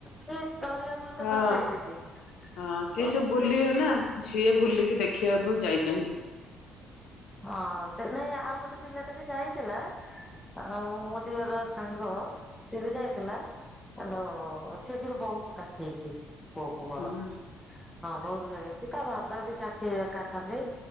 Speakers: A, in the centre; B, on the left (about 75°).
A: କିଏ ତରିବାକୁ ହୁଏତ
B: ହଁ
A: ଭଲ ପାଇବି କି <unintelligible>
B: ହଁ ସିଏ ସବୁ ବୁଲିବେ ନା ସିଏ ବୁଲିକି ଦେଖିବାକୁ ଯାଇଛନ୍ତି।
A: ହଁ ସେ ନାଇଁ ଆଉ ଗୋଟେ ପିଲାଟେ ବି ଯାଇଥିଲା। ଆଉ ମୋ ଦିହର ସାଙ୍ଗ ସିଏ ବି ଯାଇଥିଲା। <unintelligible> ସିଏ କିନ୍ତୁ ବହୁତ କାଖେଇଛି ପୁଅକୁୁ ମୋର।
B: ହୁଁ ହୁଁ
A: ହଁ ବହୁତ କାଖେଇଛି ତା ବାବା ବି କାଖେଇବା କଖାନ୍ତି